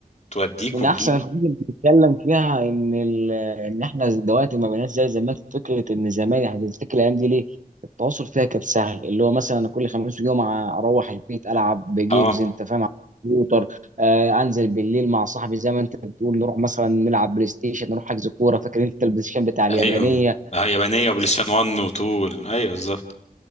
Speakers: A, on the left; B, on the right.
A: توديك
B: من
A: وتجيبك
B: احسن الحاجات اللي بنتكلم فيها ان ال- ان احنا دلوقتي ما بقيناش زي زمان في فكره ان زمان يعني تفتكر الايام دي ليه التواصل فيها كان سهل اللي هو مثلا أنا كل خميس وجمعه اروح البيت العب بجيمز
A: اه
B: انت فاهم على الكمبيوتر آه انزل بالليل مع صاحبي زي ما انت بتقول نروح مثلا نلعب بلاي ستيشن نروح حجز كوره فاكر انت البلاي ستيشن بتاع اليابانيه
A: ايوه آه، يابانيه وبلاي ستيشن 1 وطول ايوه بالظبط